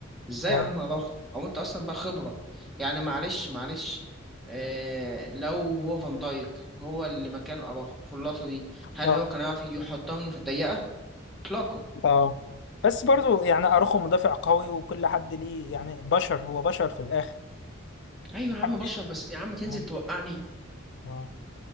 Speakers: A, in the centre; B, on the left.
A: ازاي
B: اه
A: يا عم اراخو او انت اصلا بقى خبرة يعني معلش معلش اه لو هو فان دايك هو اللي مكان اراخو في اللقطة دي هل
B: اه
A: هو كان يعرف يحطها منه في الضيقة؟ اطلاقا
B: اه بس برضو يعني اروخو مدافع قوي وكل حد ليه يعني بشر هو بشر في الاخر
A: ايوه
B: محدش
A: يا عم بشر بس يا عم تنزل
B: اه
A: توقعني
B: اه